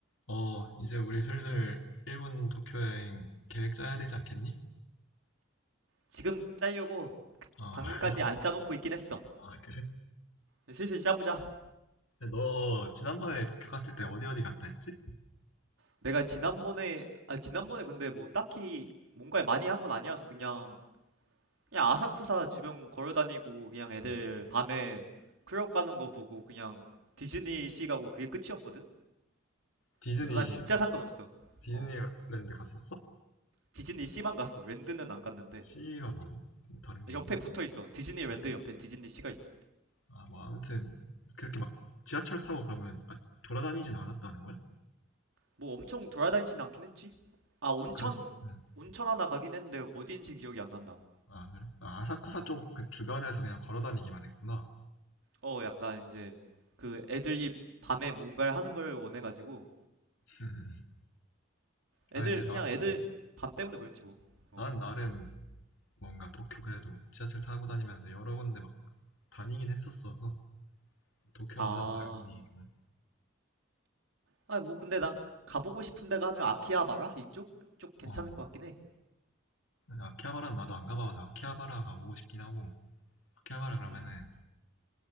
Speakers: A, on the left; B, on the right.
A: 어, 이제 우리 슬슬 일본 도쿄 여행 계획 짜야 되지 않겠니?
B: 지금 짜려고
A: 어,
B: 방금까지
A: <laughs>
B: 안 짜놓고 있긴 했어.
A: 아, 그래?
B: 슬슬 짜보자.
A: 너 지난번에 도쿄 갔을 때 어디 어디 갔다 했지?
B: 내가 지난번에, 아, 지난번에 근데 뭐 딱히 뭔가를 많이 한 건 아니어서 그냥, 그냥 아사쿠사 주변 걸어다니고 그냥 애들
A: 응.
B: 밤에 클럽 가는 거 보고 그냥 디즈니 씨 가고 그게 끝이었거든?
A: 디즈니,
B: 그래서 난 진짜 상관없어.
A: 디즈니랜드
B: 어.
A: 갔었어?
B: 디즈니 씨만 갔어. 랜드는 안 갔는데.
A: C가 뭐지? 뭐 다른 게
B: 옆에
A: 있나?
B: 붙어 있어. 디즈니 랜드
A: 아, 그,
B: 옆에 디즈니 씨가 있어.
A: 아, 뭐 아무튼 그렇게 막 지하철 타고 그러면 아, 돌아다니진 않았다는 거야?
B: 뭐 엄청 돌아다니진 않긴 했지. 아, 온천,
A: 그럼, 응.
B: 온천 하나 가긴 했는데 어디인는 기억이 안 난다.
A: 아, 그래? 아, 아사쿠사
B: 어.
A: 쪽 그 주변에서 그냥 걸어 다니기만 했구나.
B: 어, 약간 이제 그 애들이 밤에 뭔가를 하는 걸 원해가지고
A: 음.
B: 애들
A: 아, 근데 나,
B: 그냥 애들
A: 응.
B: 밤 때문에 그렇지 뭐. 어.
A: 난 나름 뭔가 도쿄 그래도 지하철 타고 다니면서 여러 군데 다니긴 했었어서 도쿄가
B: 아,
A: 워낙 넓으니 음,
B: 아 뭐 근데 난 가보고 싶은 데가 하면 아키하바라 이쪽 이쪽 괜찮을
A: 어
B: 것 같긴 해.
A: 아키하바라는 나도 안 가봐서 아키하바라 가보고 싶긴 하고 아키하바라 그러면은
B: 음,